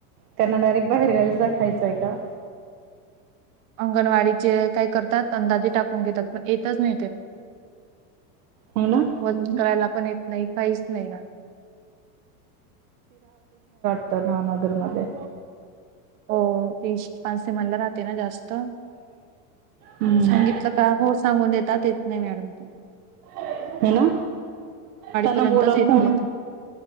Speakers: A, on the right; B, on the right.
A: त्यांना डायरेक्ट बाहेरगावीच दाखयच जायटा..
B: अंगणवाडीचे काय करतात, अंदाजे टाकून घेतात पण येतच नाही ते..
A: ह ना
B: वजन करायला पण येत नाही, काहीच नाही ना,
A: उतर ना, नगरमध्ये
B: हो... तिश.... पाच से मनला राहते ना जास्त,
A: हम्म
B: सांगितलं का? हो सांगूदेत त्यात येत नाही मॅडम तो..
A: होय ना त्यांना
B: पर्यंतच
A: बोला
B: येत
A: फोन..
B: नाही तू.